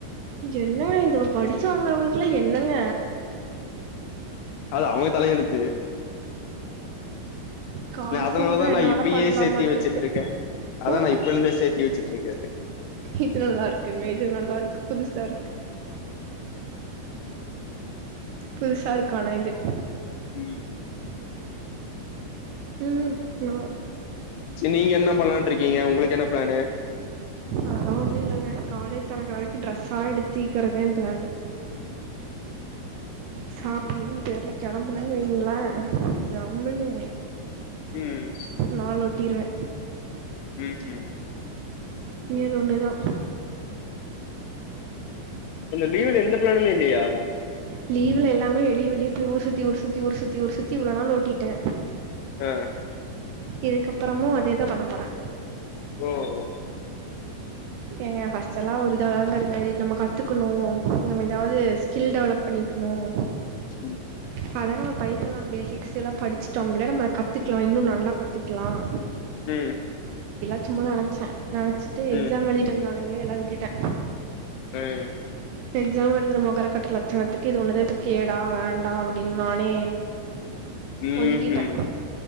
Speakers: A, on the right; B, on the left.
A: என்ன இத அப்ப படிச்சு வாங்கறவங்களுக்கல்லா என்னங்க
B: அது அவங்க தலையெழுத்து
A: காசு
B: நா அதனாலதா
A: இருந்தா என்ன
B: நா
A: வேனா
B: இப்பயே
A: பண்லா
B: சேத்தி
A: மாட்ருக்கு
B: வச்சிட்ருக்கே அதா
A: ஓ
B: நா இப்ப இருந்தே சேத்தி வச்சிட்ருக்கே
A: இது நல்லா இருக்குங்க இது நல்லா இருக்கு புதுசு சாருக் புதுசா இருக்கு ஆனா இது
B: ம்
A: ம் நா
B: நீங்க என்ன பண்லான் ட்ருக்கீங்க உங்களுக் என்ன ப்ளனு
A: அதலா ஒண்ணு இல்லங்க காலேஜ் தெரக்கற வரைக்கு டிரெஸ்ஸா எடுத்திக்கிறதே ப்ளனு
B: ம்
A: ஷாப்பீங்கன்னு பேர்ல கெளம்பனன் வைங்களா ஜம்முன்னு
B: ம்
A: நாள் ஒட்டிருவ
B: ம் ம்
A: உன்னியதா உன்னயதா
B: இந்த லீவுல எந்த பிளானுமே இல்லையா.
A: லீவுல எல்லாமே வெளிய வெளிய போய் ஊர் சுத்தி ஊர் சுத்தி ஊர் சத்தி ஊர் சுத்தி இவ்ளோ நாள் ஓட்டிட்டே
B: ஆ
A: இதுக்கப்புறமு அதேதா பண்ண போறே
B: ஓ ஓ.
A: ஏங்க ஃபர்ஸ்ட் எல்லா ஒரு இதாதாங்க இருந்தே அத நம்ம கத்துக்கணு நம்ம ஏதாவது ஸ்கில் டெவலப் பண்ணிக்கணும்.
B: ம்.
A: ப்போ அதான் நம்ம பைத்தனோட பேசிக்ஸ்லாம் படிச்சிட்டோம்ல்ல நம்ம அதை கத்துக்கலாம் இன்னும் நல்லா கத்துக்கலாம்.
B: ம்.
A: ம்மா நினைச்சேன் நினைச்ச <unintelligible> எக்ஸாம்
B: ம்
A: எழுதிட்டு வா <unintelligible> எல்லாம் விட்டுட்டேன்.
B: ம்.
A: எக்ஸாம் எழுதுற மொகரகட்ட லட்சணத்துக்கு இது ஒன்னுதா இப்ப கேடா வேண்டா அப்டின்னு நானே
B: ம்ஹூம்,
A: ஒதுக்கிட்டே